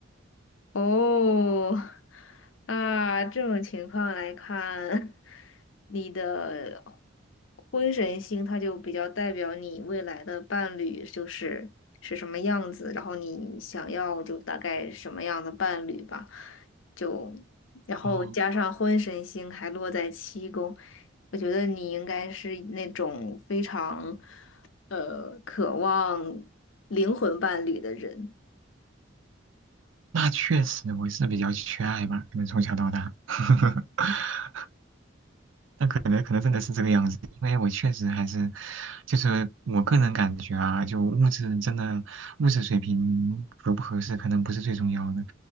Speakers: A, on the left (about 75°); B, on the right (about 75°).
A: 哦，那这种情况来看，你的婚神星它就比较代表你未来的伴侣就是是什么样子，然后你想要就大概什么样的伴侣吧，就然后加上婚神星还落在七宫，
B: 哦，
A: 我觉得你应该是那种非常呃渴望灵魂伴侣的人。
B: 那确实，我是比较缺爱吧，可能从小到大。<laughs> 那可能可能真的是这个样子，因为我确实还是，就是我个人感觉啊，就物质真的物质水平合不合适，可能不是最重要的，